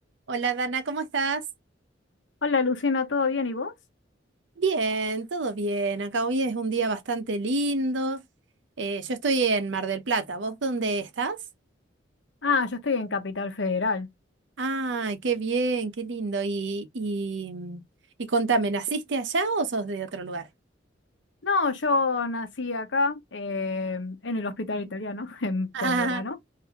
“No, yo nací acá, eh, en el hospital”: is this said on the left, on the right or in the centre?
Left